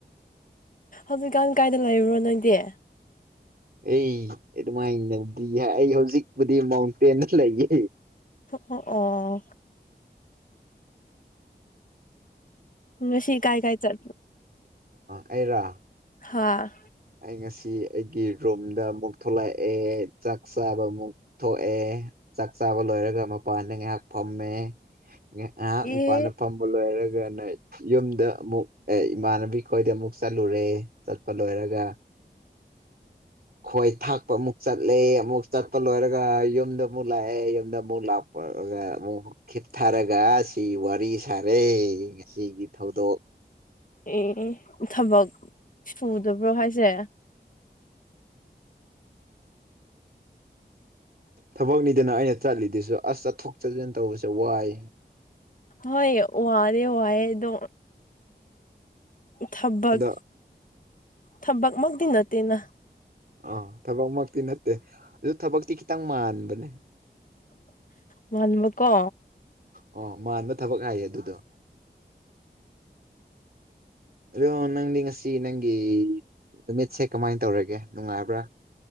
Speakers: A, on the left; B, on the right.
A: ꯍꯧꯖꯤꯛꯀꯥꯟ ꯀꯥꯏꯗ ꯂꯩꯕ꯭ꯔꯣ ꯅꯣꯏꯗꯤ
B: ꯑꯩ ꯑꯗꯨꯃꯥꯏꯅꯗꯤ ꯑꯩ ꯍꯧꯖꯤꯛꯄꯨꯗꯤ ꯃꯥꯎꯟꯇꯦꯟꯗ ꯂꯩꯌꯦ
A: ꯑꯣ ꯑꯣ ꯉꯁꯤ ꯀꯥꯏ ꯀꯥꯏ ꯆꯠ
B: ꯑ ꯑꯩꯔ
A: ꯍꯥꯥ
B: ꯑꯩ ꯉꯁꯤ ꯑꯩꯒꯤ ꯔꯨꯝꯗ ꯑꯃꯨꯛ ꯊꯣꯛꯂꯛꯑꯦ ꯆꯥꯛ ꯆꯥꯕ ꯑꯃꯨꯛ ꯊꯣꯛꯑꯦ ꯆꯥꯛ ꯆꯥꯕ ꯂꯣꯏꯔꯒ ꯃꯄꯥꯟꯗ ꯉꯥꯏꯍꯥꯛ ꯐꯝꯃꯦ ꯉꯥꯏꯍꯥꯛ
A: ꯑꯦ
B: ꯃꯄꯥꯟꯗ ꯐꯝꯕ ꯂꯣꯏꯔꯒ ꯑꯗꯨꯒ ꯌꯨꯝꯗ ꯑꯃꯨꯛ ꯑꯦ ꯏꯃꯥꯟꯅꯕꯤ ꯈꯣꯏꯗ ꯑꯃꯨꯛ ꯆꯠꯂꯨꯔꯦ ꯆꯠꯄ ꯂꯣꯏꯔꯒ
A: <inaudible>
B: ꯈꯣꯏ ꯊꯥꯛꯄ ꯑꯃꯨꯛ ꯆꯠꯂꯦ ꯑꯃꯨꯛ ꯆꯠꯄ ꯂꯣꯏꯔꯒ ꯌꯨꯝꯗ ꯑꯃꯨꯛ ꯂꯥꯛꯑꯦ ꯌꯨꯝꯗ ꯑꯃꯨꯛ ꯂꯥꯛꯄ ꯑꯃꯨꯛ ꯈꯤꯠꯊꯔꯒ ꯁꯤ ꯋꯥꯔꯤ ꯁꯥꯔꯦ ꯉꯁꯤꯒꯤ ꯊꯧꯗꯣꯛ
A: ꯑꯦ ꯊꯕꯛ ꯁꯨꯗꯕ꯭ꯔꯣ ꯍꯥꯏꯁꯦ <inaudible>
B: ꯊꯕꯛꯅꯤꯗꯅ ꯑꯩꯅ ꯆꯠꯂꯤꯗꯨꯁꯨ ꯑꯁ ꯆꯠꯊꯣꯛ ꯆꯠꯁꯤꯟ ꯇꯧꯕꯁꯦ ꯋꯥꯏ
A: ꯍꯣꯏ ꯋꯥꯔꯦ ꯋꯥꯢ ꯑꯗꯣ ꯊꯕꯛ
B: ꯑꯗꯣ
A: ꯊꯕꯛꯃꯛꯇꯤ ꯅꯠꯇꯦꯅ
B: ꯑꯥ ꯊꯕꯛꯃꯛꯇꯤ ꯅꯠꯇꯦ ꯑꯗꯨ ꯊꯕꯛꯇꯤ ꯈꯤꯇꯪ ꯃꯥꯟꯕꯅꯦ
A: ꯃꯥꯟꯕꯀꯣ
B: ꯑꯣ ꯃꯥꯟꯕ ꯊꯕꯛ ꯍꯥꯏꯌꯦ ꯑꯗꯨꯗꯣ ꯌꯣ ꯅꯪꯗꯤ ꯉꯁꯤ ꯅꯪꯒꯤ ꯅꯨꯃꯤꯠꯁꯦ ꯀꯃꯥꯏꯅ ꯇꯧꯔꯒꯦ ꯅꯨꯡꯉꯥꯏꯕ꯭ꯔꯥ